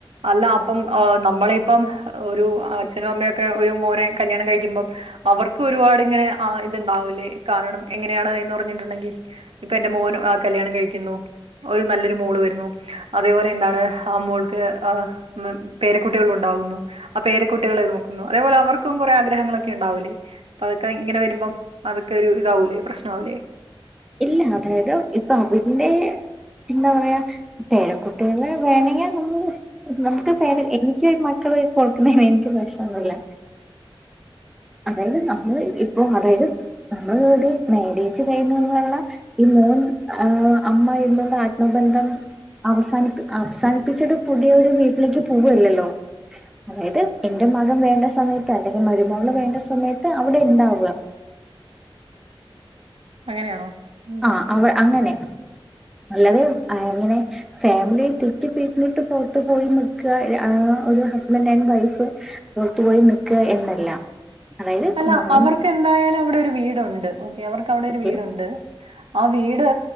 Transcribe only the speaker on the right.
അല്ല അപ്പംആഹ് നമ്മള് ഇപ്പം ഒരു അച്ഛനും അമ്മയൊക്കെ ഒരു മോനെ കല്ല്യാണം കഴിക്കുമ്പം അവർക്ക് ഒരുപാട് ഇങ്ങനെ ആ ഇത്ണ്ടാവൂല്ലേ കാരണം എങ്ങനെയാണ് എന്ന് പറഞ്ഞിട്ടുണ്ടെങ്കി. ഇപ്പൊ എന്റെ മോന് ആ കല്ല്യാണം കഴിക്കുന്നു ഒരു നല്ലൊരു മോള് വെ രുന്നു. അതേപോലെ എന്താണ് ആ മോൾക്ക് ആ ഉം പേരക്കുട്ടിള് ഉണ്ടാവുന്നു. അ പേരകുട്ടികളെ നോക്കുന്നു. അതേപോലെ അവർക്കും കുറെ ആഗ്രഹങ്ങളൊക്കെ ഇണ്ടാവുലെ അതൊക്കെ ഇങ്ങനെ വെരുമ്പം അതൊക്കെ ഒരു ഇതാവൂലെ പ്രശ്നാവുലെ.
അങ്ങനെയാണോ? ഉം
അല്ല
അവർക്ക് എന്തായാലു അവിടെ ഒരു വീടുണ്ട്, ഉം. അവർക്ക് അവിടെ
ഒരു വീടുണ്ട് ആ വീട്